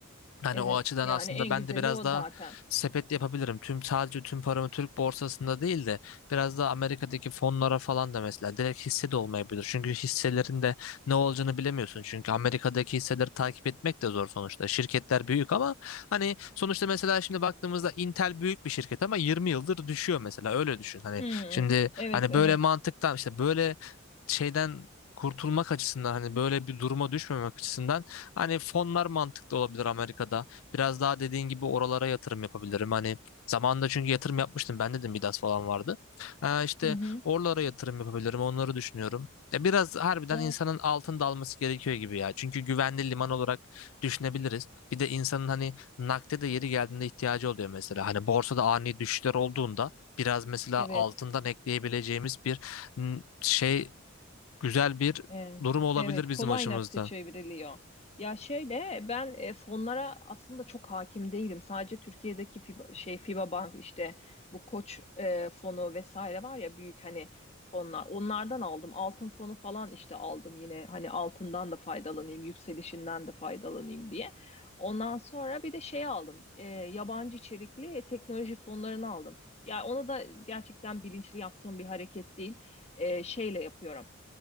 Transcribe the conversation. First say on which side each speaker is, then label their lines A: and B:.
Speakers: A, on the left (about 80°); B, on the left (about 30°).
A: Hani
B: evet
A: o açıdan
B: yani
A: aslında
B: en
A: ben
B: güzeli
A: de biraz
B: o
A: daha
B: zaten.
A: sepet yapabilirim. Tüm sadece tüm paramı Türk borsasında değil de biraz daha Amerika'daki fonlara falan da mesela direkt hisse de olmayabilir. Çünkü hisselerin de ne olacağını bilemiyorsun. Çünkü Amerika'daki hisseleri takip etmek de zor sonuçta. Şirketler büyük ama hani sonuçta mesela şimdi baktığımızda Intel büyük bir şirket ama 20 yıldır düşüyor mesela öyle düşün. Hani
B: Hmm,
A: şimdi hani
B: evet evet.
A: böyle mantıktan işte böyle şeyden kurtulmak açısından hani böyle bir duruma düşmemek açısından Hani fonlar mantıklı olabilir Amerika'da. Biraz daha dediğin gibi oralara yatırım yapabilirim. Hani zamanında çünkü yatırım yapmıştım. ben dedim Midas falan vardı. Ee, işte
B: Hı hı.
A: oralara yatırım yapabilirim. Onları düşünüyorum. Ya biraz harbiden
B: Ya
A: insanın altın dalması gerekiyor gibi ya. Çünkü güvenli liman olarak düşünebiliriz. Bir de insanın hani nakde de yeri geldiğinde ihtiyacı oluyor mesela. Hani borsada ani düşüşler olduğunda biraz mesela
B: evet.
A: altından ekleyebileceğimiz bir n- şey güzel bir
B: E,
A: durum olabilir
B: evet,
A: bizim
B: kolay
A: açımızdan.
B: nakite çevriliyor. Ya şöyle ben e, fonlara aslında çok hakim değilim. Sadece Türkiye'deki FIBA, şey FIBA Bank işte bu Koç e, fonu vesaire var ya büyük hani fonlar. Onlardan aldım. Altın fonu falan işte aldım yine hani altından da faydalanayım, yükselişinden de faydalanayım diye. Ondan sonra bir de şey aldım. E, yabancı içerikli teknoloji fonlarını aldım. Ya onu da gerçekten bilinçli yaptığım bir hareket değil. E, şeyle yapıyorum